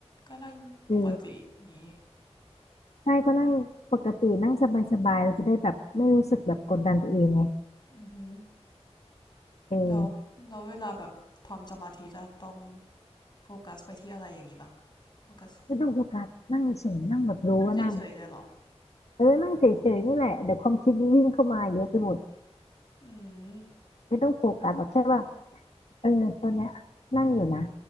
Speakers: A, on the left; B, on the left.
A: ก็นั่งปกติอย่างงี้
B: คือ ใช่ก็นั่งปกตินั่งสบายๆเราจะได้แบบไม่รู้สึกแบบกดดันตัวเองไง
A: นะอือหือ
B: เออ
A: แล้วแล้วเวลาแบบทำสมาธิจะต้องโฟกัสไปที่อะไรอย่างนี้ปะโฟกัส
B: ไม่ต้องโฟกัสนั่งเฉยๆนั่งแบบรู้ว่านั่ง
A: นั่งเฉยๆเลยเหรอ
B: เออนั่งเฉยๆนี่แหละเดี๋ยวความคิดมันวิ่งเข้ามาเยอะไปหมด
A: อืม
B: ไม่ต้องโฟกัสแบบแค่ว่าเออตอนเนี้ยนั่งอยู่นะ